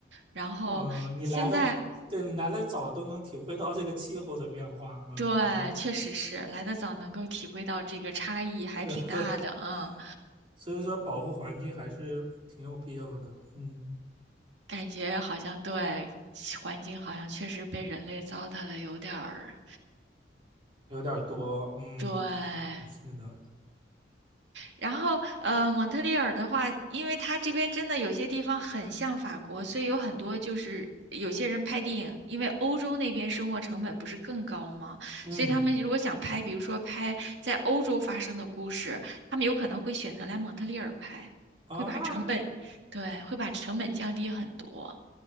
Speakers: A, on the right (about 80°); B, on the right (about 30°).
A: 然后现在，
B: 嗯、呃你来的，对你来的早，都能体会到这个气候的变化，嗯，
A: 对，确实是来的早，能够体会到这个差异还挺大的，
B: <laughs>
A: 嗯，
B: 所以说保护环境还是挺有必要的，嗯。
A: 感觉好像对，环境好像确实被人类糟蹋的有点儿，
B: 有点儿多，嗯，
A: 对，
B: 是的，
A: 然后，呃，蒙特利尔的话，因为它这边真的有些地方很像法国，所以有很多就是有些人拍电影，因为欧洲那边生活成本不是更高吗？
B: 嗯，
A: 所以他们如果想拍，比如说拍在欧洲发生的故事，他们有可能会选择来蒙特利尔拍，
B: 哦，
A: 会把成本，
B: 那，
A: 对，会把成本降低很多。